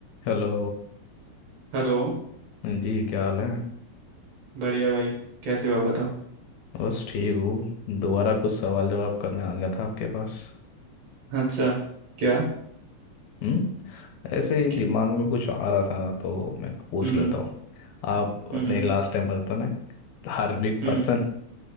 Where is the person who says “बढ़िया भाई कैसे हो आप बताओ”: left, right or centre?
Right